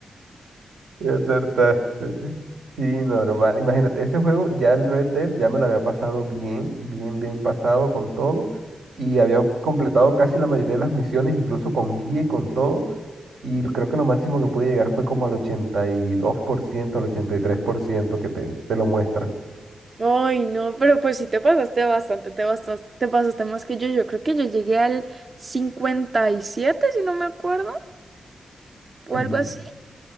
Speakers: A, on the right (about 90°); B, on the right (about 35°).
A: Ya acertaste. Sí, normal. Imagínate, ese juego, ya el Red Dead, ya me lo había pasado bien, bien, bien pasado con todo. Y había completado casi la mayoría de las misiones, incluso con guía y con todo. Y creo que lo máximo que pude llegar fue como al 82% al 83% que te, te lo muestra.
B: Ay, no, pero pues sí te pasaste bastante, te bastaste- te pasaste más que yo. Yo creo que yo llegué al 57 si no me acuerdo, o
A: Y-
B: algo así.